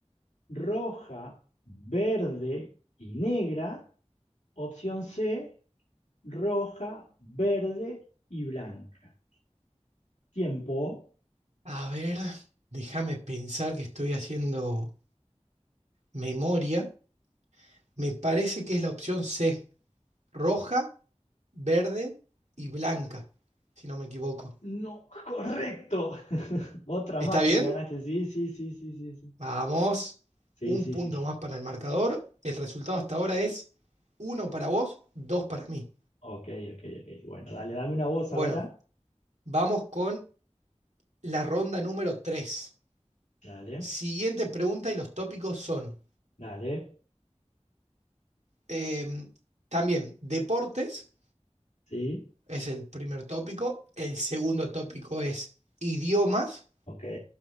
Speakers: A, on the left (about 80°); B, on the right (about 75°).
A: roja, verde y negra. Opción C, roja, verde y blanca. Tiempo.
B: A ver, déjame pensar que estoy haciendo memoria. Me parece que es la opción C. Roja, verde y blanca, si no me equivoco.
A: No, correcto. Otra
B: ¿Está
A: más
B: bien?
A: que me ganaste. Sí, sí, sí, sí, sí, sí.
B: Vamos,
A: Sí,
B: un
A: sí,
B: punto
A: sí.
B: más para el marcador. El resultado hasta ahora es uno para vos, dos para mí.
A: Ok, ok, ok. Bueno, dale, dame una voz
B: Bueno,
A: ahora.
B: vamos con la ronda número 3.
A: Dale,
B: Siguiente pregunta y los tópicos son
A: dale.
B: eh, también deportes,
A: Sí,
B: es el primer tópico. El segundo tópico es idiomas
A: ok.